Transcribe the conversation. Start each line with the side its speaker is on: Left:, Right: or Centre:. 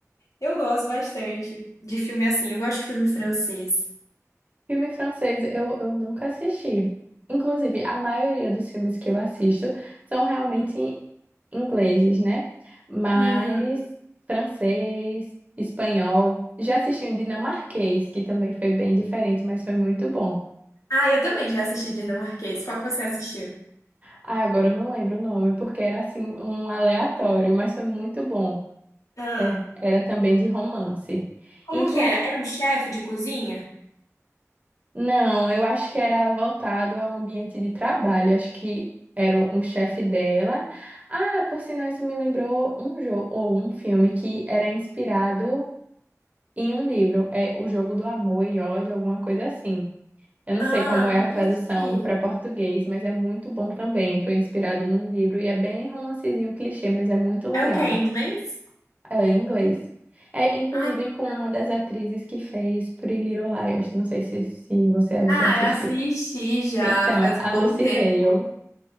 Left: Eu gosto bastante de filme assim. Eu gosto de filme francês.
Right: Filme francês eu, eu nunca assisti. Inclusive, a maioria dos filmes que eu assisto são realmente ingleses, né? Mas
Left: Hum.
Right: francês, espanhol. Já assisti um dinamarquês, que também foi bem diferente, mas foi muito bom.
Left: Ah, eu também já assisti dinamarquês. Qual que você assistiu?
Right: Ah, agora eu não lembro o nome, porque era assim um aleatório, mas foi muito bom.
Left: Ah,
Right: Era, era também de romance.
Left: Como
Right: Inclusive,
Left: que era? Era um chefe de cozinha?
Right: não, eu acho que era voltado ao ambiente de trabalho. Eu Acho que era um chefe dela. Ah, por sinal, isso me lembrou um jogo ou um filme que era inspirado em um livro. É O Jogo do Amor e Ódio, alguma coisa assim. Eu não
Left: Ah,
Right: sei como é
Left: não
Right: a tradução
Left: assisti.
Right: para português, mas é muito bom também. Foi inspirado num livro e é bem romancezinho clichê, mas é muito legal.
Left: É o quê? Em inglês?
Right: É, em inglês. É, inclusive,
Left: Ai, que
Right: com
Left: legal.
Right: uma das atrizes que fez Pretty Little Liars. Não sei se, se você
Left: ah,
Right: já assistiu.
Left: eu assisti já
Right: Então,
Left: faz um
Right: a
Left: bom
Right: Lucy
Left: tempo.
Right: Hale.